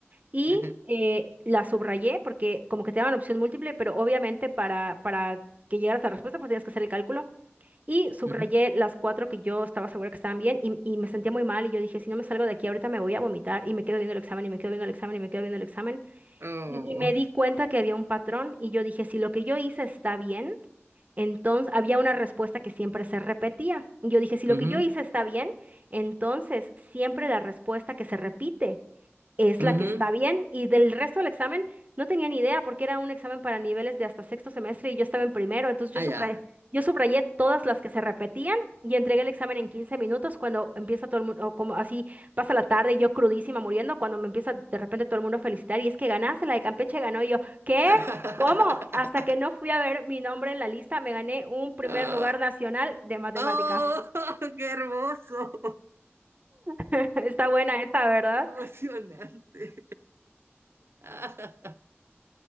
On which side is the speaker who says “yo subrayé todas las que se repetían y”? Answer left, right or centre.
Right